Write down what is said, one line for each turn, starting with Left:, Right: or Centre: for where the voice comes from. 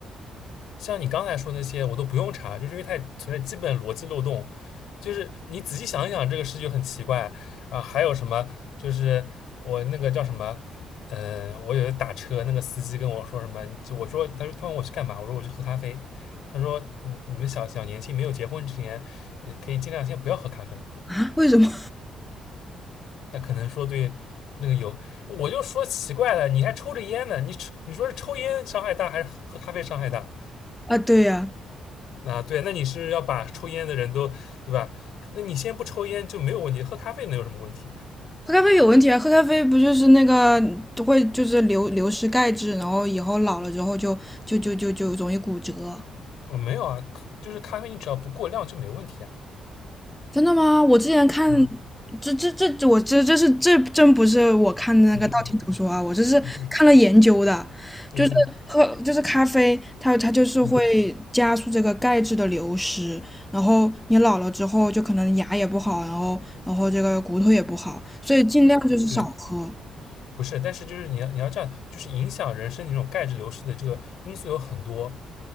Left: 像你刚才说那些，我都不用查，就是因为它也存在基本逻辑漏洞。就是你仔细想一想，这个事就很奇怪。然后还有什么？就是我那个叫什么？呃，我有一次打车，那个司机跟我说什么？就我说，他说他问我去干嘛？我说我去喝咖啡。他说，你你们小小年轻没有结婚之前，呃，可以尽量先不要喝咖啡。
Centre: 啊？为什么
Left: 那可能说对那个有，我就说奇怪了，你还抽着烟呢？你抽你说是抽烟伤害大还是喝咖啡伤害大？
Centre: <laughs> 啊？对呀、
Left: 啊，对，那你是要把抽烟的人都，对吧？那你先不抽烟就没有问题，喝咖啡能有什么问题？
Centre: 喝咖啡有问题啊！喝咖啡不就是那个会就是流流失钙质，然后以后老了之后就就就就就容易骨折。
Left: 我没有啊，就是咖啡你只要不过量就没问题啊。
Centre: 真的吗？我之前看，
Left: 啊
Centre: 这这这这我这这是这真不是我看的那个道听途说啊，
Left: 嗯嗯
Centre: 我这是看了研究的，
Left: 嗯嗯嗯
Centre: 就是喝就是咖啡，它它就是会加速这个钙质的流失，
Left: 嗯嗯，
Centre: 然后你老了之后就可能牙也不好，然后然后这个骨头也不好，所以尽量就是少喝。
Left: 对对不是，但是就是你要你要这样，就是影响人身体这种钙质流失的这个因素有很多。